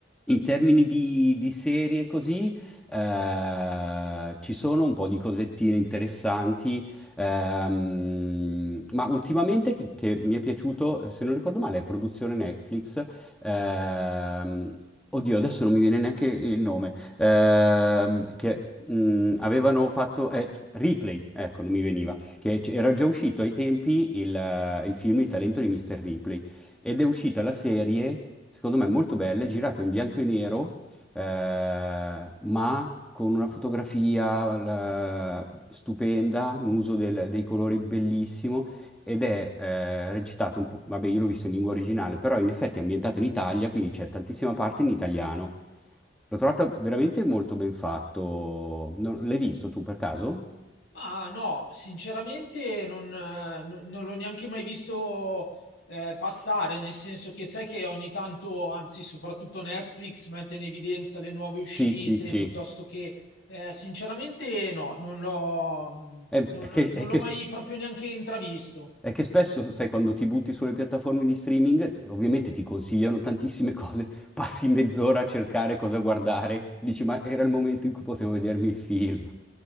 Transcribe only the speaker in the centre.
in termini di, di serie così, eh, ci sono un po' di cosettine interessanti Ehm, ma ultimamente che, che mi è piaciuto, se non ricordo male, è produzione Netflix. ehm, oddio, adesso non mi viene neanche il nome. ehm, che mh, avevano fatto eh, Ripley, ecco, non mi veniva, che c- era già uscito ai tempi il, eh, il film Il talento di Mr. Ripley ed è uscita la serie, secondo me molto bella, è girata in bianco e nero, eh, ma con una fotografia la- stupenda, un uso del- dei colori bellissimo ed è eh, recitato un po', vabbè, io l'ho visto in lingua originale, però in effetti è ambientato in Italia, quindi c'è tantissima parte in italiano. L'ho trovato veramente molto ben fatto. Non- L'hai visto tu per caso?
Sì, sì, sì.
È,
è che,
è
che
È che spesso, sai, quando ti butti sulle piattaforme di streaming, ovviamente ti consigliano tantissime cose, <laughs> passi mezz'ora a cercare cosa guardare, dici, ma era il momento in cui potevo vedermi il film.